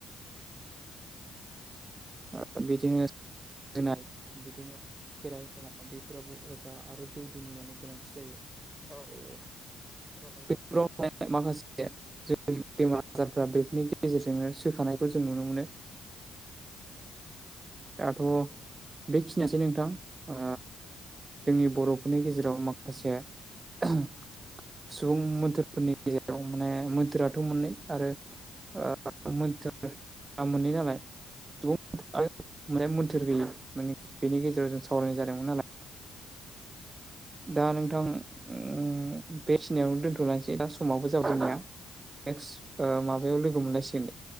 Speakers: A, on the right; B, in the centre.
A: ओ बिदिनो, होनाय, बिदिनो खेराइ होनाय, बेफोराबो अजा आरो दौदिनियानो गोनांथि जायो।
B: औ
A: आरो
B: - औ नंगौ।
A: <unintelligible> माखासे जोंनि बेमार आजारफ्रा बेफोरनि गेजेरजोंनो सोखानायखौ जों नुनो मोनो। दाथ' बेखिनियासै नोंथां ओ, जोंनि बर'फोरनि गेजेराव माखासे, <unintelligible> सुबुं मोनथोरफोरनि गेजेराव माने, मोनथोराथ' मोननै। आरो ओ, मोनथोरआ मोननै नालाय, <unintelligible> माने मोन्थोर गैयै माने बेनि गेजेराव जों सावरायनाय जादोंमोन नालाय, दा नोंथां ओम, बे खिनायावनो दोन्थ'लसै दा समावबो जाबायना नेक्स्ट ओ, माबायाव लोगो मोनलायसिगोन दे।